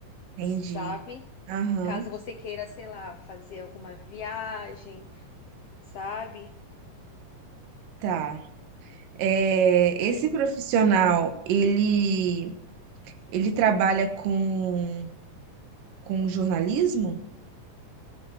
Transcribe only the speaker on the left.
sabe?
Caso você queira, sei lá, fazer alguma viagem, sabe?